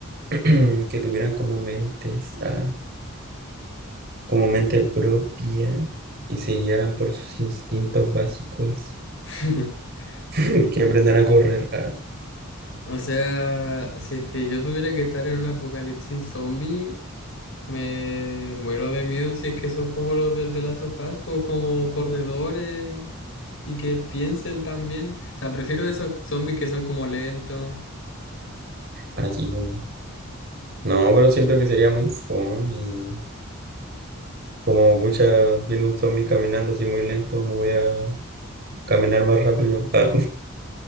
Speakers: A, on the right; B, on the left.
A: <clears throat> que tuvieran como mentes, ah, como mente propia y se guiaran por sus instintos básicos,
B: <laughs>
A: <clears throat> <laughs> que aprendan a correr, ah,
B: O sea, si es que yo tuviera que estar en un apocalipsis zombie, Me muero de miedo si es que son como los del de las sofás, pues como corredores y que piensen también. O sea, prefiero esos zombies que son como lentos.
A: así como. No, pero siento que sería muy fome. Como mucha, viene un zombie caminando así muy lento, me voy a caminar más rápido, ah,